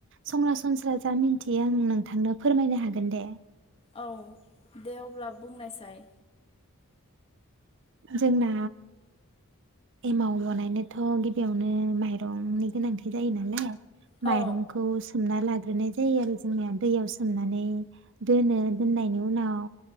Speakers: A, on the right; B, on the left.
A: संरासनस्रा जा मिन्थियो आं नोंथांनो फोरमायनो हागोन दे।
B: औ दे अब्ला बुंनायसाय
A: जोंना एमाव बनायनोथ' गिबियावनो माइरंनि गोनांथि जायो नालाय।
B: औ
A: माइरंखौ सोमना लाग्रोनाय जायो आरो जोंनिया दैयाव सोमनानै दोनो दोननायनि उनाव